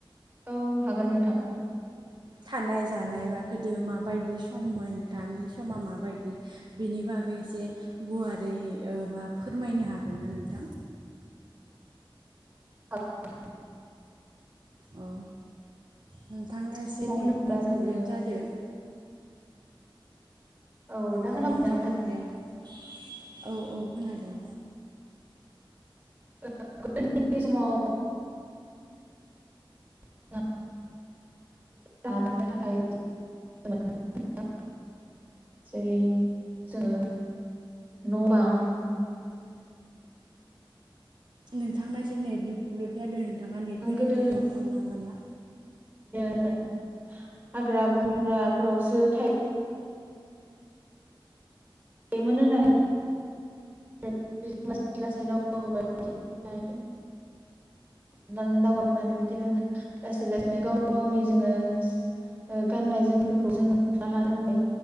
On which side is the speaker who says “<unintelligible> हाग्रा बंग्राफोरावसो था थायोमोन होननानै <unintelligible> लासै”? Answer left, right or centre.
Right